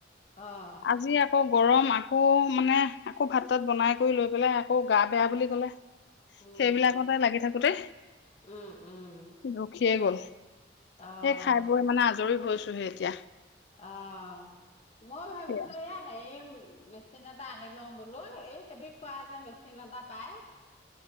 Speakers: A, on the left; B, on the left.
A: অ'।
B: আজি আকৌ গৰম, আকৌ মানে, আকৌ ভাত-তাত বনাই কৰি লৈ পেলাই, আকৌ গা বেয়া বুলি ক'লে।
A: উম,
B: সেইবিলাকতে লাগি থাকোতে,
A: উম, উম।
B: ৰখিয়েই গ'ল।
A: অ',
B: সেই খাই বৈ মানে, আজৰি হৈছোহে এতিয়া।
A: অ', মইও ভাবিছিলো
B: সেয়া
A: এয়া হেৰি, মেচিন এটা আনি লম বোলো, এই ফেব্ৰিক কৰা যে মেচিন এটা পাই